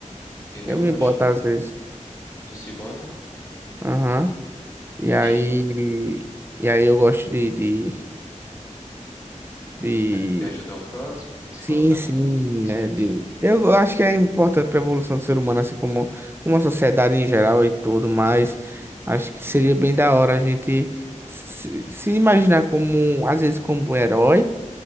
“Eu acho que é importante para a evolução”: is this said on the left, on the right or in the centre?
Right